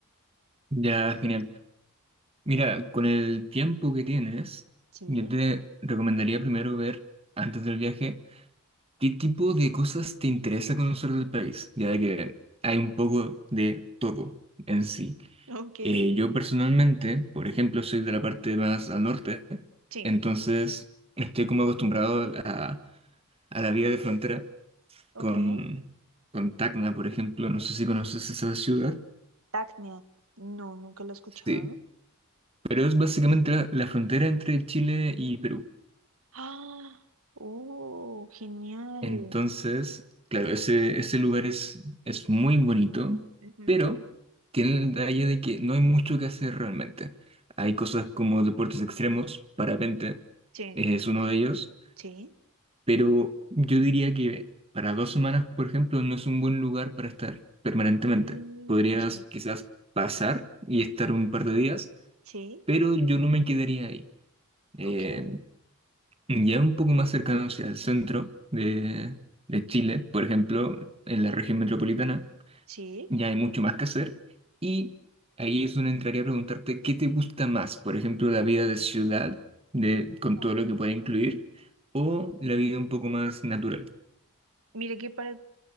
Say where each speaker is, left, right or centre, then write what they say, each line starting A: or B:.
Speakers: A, on the right (about 25°); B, on the right (about 70°).
A: Ya, genial. Mira, con el tiempo que tienes,
B: Sí,
A: yo te recomendaría primero ver, antes del viaje, qué tipo de cosas te interesa conocer del país, ya de que hay un poco de todo en sí.
B: Ok,
A: Eh, yo personalmente, por ejemplo, soy de la parte más al norte,
B: sí.
A: entonces estoy como acostumbrado a, a la vida de frontera
B: ok.
A: con, con Tacna, por ejemplo, no sé si conoces esa ciudad.
B: Tacnia. No, nunca lo he escuchado.
A: Sí. Pero es básicamente la, la frontera entre Chile y Perú.
B: Ah, Oh, genial.
A: Entonces, claro, ese, ese lugar es, es muy bonito,
B: ujú,
A: pero tiene el detalle de que no hay mucho que hacer realmente. Hay cosas como deportes extremos, parapente,
B: sí.
A: eh, es uno de ellos,
B: Sí,
A: pero yo diría que para dos semanas, por ejemplo, no es un buen lugar para estar permanentemente.
B: Mm,
A: Podrías
B: ok,
A: quizás pasar y estar un par de días,
B: sí,
A: pero yo no me quedaría ahí. Eh,
B: ok.
A: Ya un poco más cercano hacia el centro de,
B: ujú,
A: de Chile, por ejemplo, en la región metropolitana,
B: sí.
A: ya hay mucho más que hacer. Y ahí es donde entraría a preguntarte qué te gusta más, por ejemplo, la vida de ciudad, de,
B: ok.
A: con todo lo que puede incluir, o la vida un poco más natural.
B: Mira que para